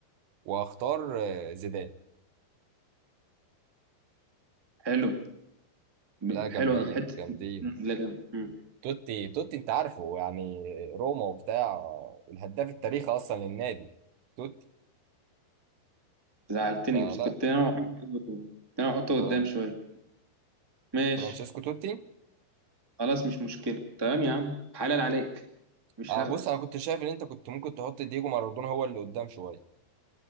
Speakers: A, on the right; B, on the right.
A: وهختار آه زيدان
B: حلو ب-
A: لا جامدين
B: حلو حتة
A: جامدين
B: م. لا جامد. م.
A: توتي توتي انت عارفه يعني روما وبتاع والهداف التاريخي اصلا للنادي توتي
B: زعلتني
A: فلا
B: بس كنت انا احطه كنت انا احطه
A: فران...
B: قدام شوية ماشي
A: فرانشيسكو توتي
B: خلاص مش مشكلة تمام يا عم حلال عليك مش
A: آه
B: هاخده
A: بص انا كنت شايف ان انت كنت ممكن تحط دييجو مارادونا هو اللي قدام شويه